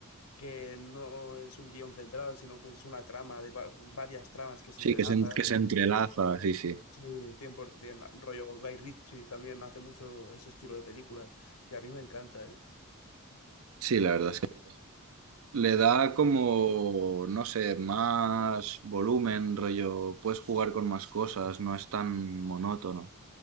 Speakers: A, on the left; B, on the right.
A: que no es un guión central, sino que es una trama de va- varias tramas que se
B: Sí,
A: entrelazan.
B: que se, en- que se entrelaza, sí, sí.
A: Sí, 100%. Rollo Guy Ritchie también hace mucho ese estilo de películas y a mí me encanta, ¿eh?
B: Sí, la verdad es que le da como, no sé, más volumen, rollo, puedes jugar con más cosas, no es tan monótono.